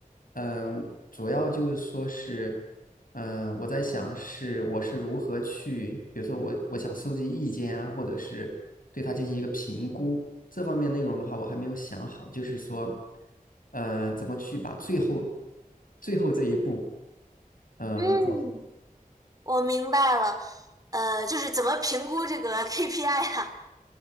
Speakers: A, on the left; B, on the right.
A: 嗯，主要就是说是，嗯，我在想是我是如何去，比如说我我想收集意见啊，或者是对它进行一个评估，这方面内容的话，我还没有想好，就是说，呃，怎么去把最后最后这一步，嗯，
B: 嗯，
A: 做好，
B: 我明白了，呃，就是怎么评估这个 KPI 啊？